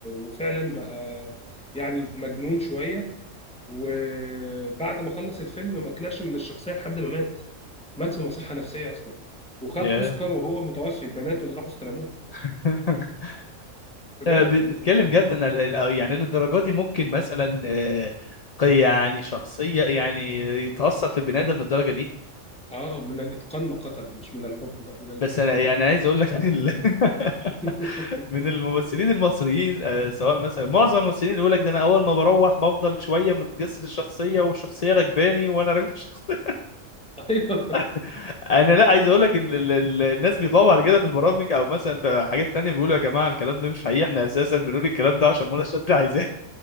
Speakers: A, in the centre; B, on the left.
A: وفعلا بقى يعني مجنون شوية وبعد ما خلص الفيلم ما طلعش من الشخصية لحد ما مات مات في مصحة نفسية أصلا وخد
B: ياه
A: أوسكار وهو متوفي بناته اللي راحوا استلموه
B: <laughs>
A: بجد
B: آه، بتتكلم جدا ال- ال- آه، يعني للدرجه دي ممكن مثلا آه، قي- يعني شخصيه يعني يتاثر في البني ادم للدرجه دي
A: آه من الإتقان ما قتل مش من الحب بقى من الإتقان
B: بس انا يعني عايز اقول لك من ال- <laughs>
A: <laughs>
B: من الممثلين المصريين آه، سواء مثلا معظم الممثلين يقول لك ده انا اول ما بروح بفضل شويه متجسد الشخصيه والشخصيه راكباني وانا راكب الشخصيه
A: أيوه
B: <laughs> انا لا عايز اقول لك ان ال- ال- الناس بيطلعوا بعد كده في البرامج او مثلا في حاجات تانية بيقولوا يا جماعه الكلام ده مش حقيقي احنا اساسا بنقول الكلام ده عشان منى شاذلي عايزاه